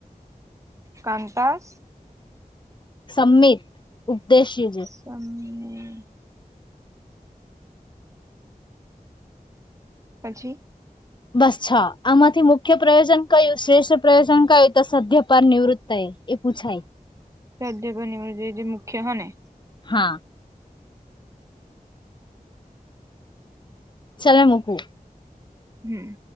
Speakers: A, on the right; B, on the left.
A: કાન્તા <unintelligible>
B: સમમીત ઉપદેશ યુજે.
A: સંમિત પછી.
B: બસ છા આમાંથી મુખ્ય પ્રયોજન કયું શ્રેષ્ઠ પ્રયોજન કયું હોય તો સધ્યપર નિવૃત્ત એ એ પૂછાય.
A: સધ્યપર નિવૃત એ જે જે મુખ્ય હો ને.
B: હા. ચાલને મૂકુ.
A: હમ્મ.